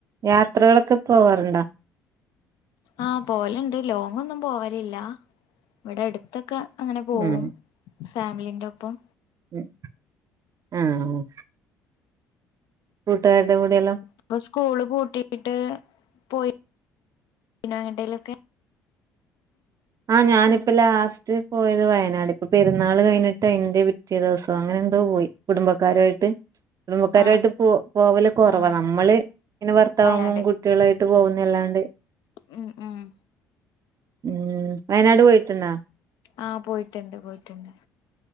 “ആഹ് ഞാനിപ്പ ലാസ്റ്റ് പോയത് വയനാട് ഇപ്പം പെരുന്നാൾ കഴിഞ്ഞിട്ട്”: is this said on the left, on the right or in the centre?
Right